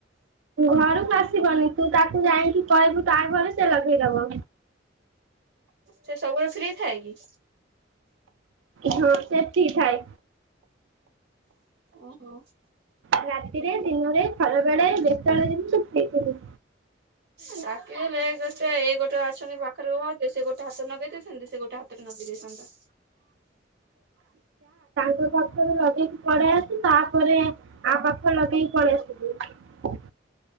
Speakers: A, on the right; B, on the right.
A: ଘରକୁ ଆସିବନି ତୁ ତାକୁ ଯାଇକି କହିବୁ ତା ଘରେ ସେ ଲଗେଇଦବ
B: ସେ ସବୁବେଳେ ଫ୍ରି ଥାଏ କି?
A: ହଁ ସେ ଫ୍ରି ଥାଏ
B: ଓହୋ
A: ରାତିରେ ଦିନରେ ଖରା ବେଳେ ଯେତେବେଳେ ଦେଖିବୁ ତୁ ଫ୍ରୀ ଥିବୁ
B: ଡାକିଦଲେ ଏ ଗୋଟେ ଏ ଗୋଟେ ଅଛନ୍ତି ପାଖରେ ଭାଉଜ ସେ ଗୋଟେ ହାତରେ ନଗେଇ ଦେଇେଥାନ୍ତେ ସେ ଗୋଟେ ହାତରେ ନଗେଇ ଦେଇେଥାନ୍ତା
A: <unintelligible> କି ପଳେଇ ଆସୁ ତାପରେ ଆ ପାଖ ଲଗେଇକି ପଳେଇ ଆସିବୁ